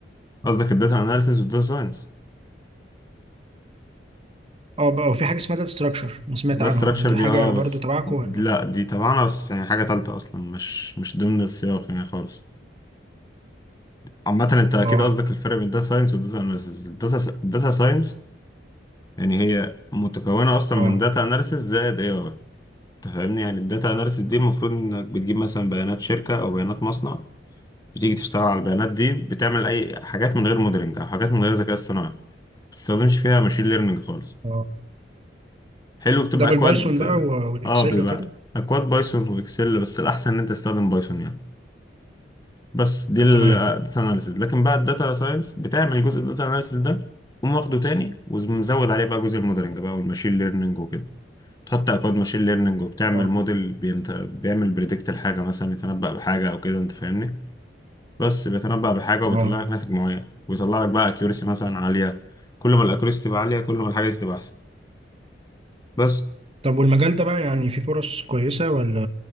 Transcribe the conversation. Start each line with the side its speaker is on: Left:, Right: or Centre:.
Left: قصدك الداتا اناليسز والداتا ساينس
Right: اه بقى وفي حاجة اسمها داتا ستراكشر انا سمعت
Left: ده
Right: عنها
Left: استراكشر
Right: برضه دي
Left: دي
Right: حاجة
Left: اه
Right: برضه
Left: بس
Right: تبعكم ولا
Left: لا دي طبعا بس يعني حاجة تالتة أصلا مش مش ضمن السياق يعني خالص عامة أنت أكيد
Right: اه
Left: قصدك الفرق بين داتا ساينس وداتا أناليسيز الداتا داتا ساينس يعني هي متكونة أصلا
Right: اه
Left: من داتا أناليسيز زائد أي أي فاهمني يعني الداتا أناليسيز دي المفروض إنك بتجيب مثلا بيانات شركة أو بيانات مصنع بتيجي تشتغل على البيانات دي بتعمل أي حاجات من غير موديلنج أو حاجات من غير ذكاء اصطناعي ما بتستخدمش فيها ماشين ليرنينج خالص
Right: اه
Left: حلو بتبقى
Right: ده بالبايثون
Left: اكواد
Right: بقى و- والاكسل
Left: اه بيبقى
Right: وكده
Left: اكواد بايثون واكسل بس الاحسن ان انت تستخدم بايثون يعني بس دي الداتا
Right: تمام
Left: اناليسيس لكن بقى الداتا ساينس بتعمل جزء الداتا اناليسيس ده قوم واخده تاني ومزود عليه بقى جزء الموديلنج بقى والماشين ليرنينج وكده تحط اكواد ماشين ليرنينج وبتعمل
Right: اه
Left: موديل بينت... بيعمل بريدكت الحاجه مثلا يتنبأ بحاجه او كده انت فاهمني بس بيتنبأ بحاجه وبيطلع
Right: اه
Left: لك ناتج معين ويطلع لك بقى اكيورسي مثلا عاليه كل ما الاكيورسي تبقى عاليه كل ما الحاجه دي تبقى احسن بس
Right: طب والمجال ده بقى يعني في فرص كويسة ولا